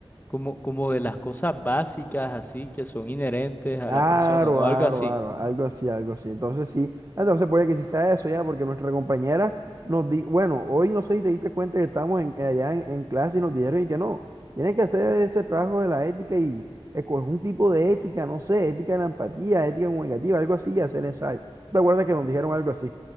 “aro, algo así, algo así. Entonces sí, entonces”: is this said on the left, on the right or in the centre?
Right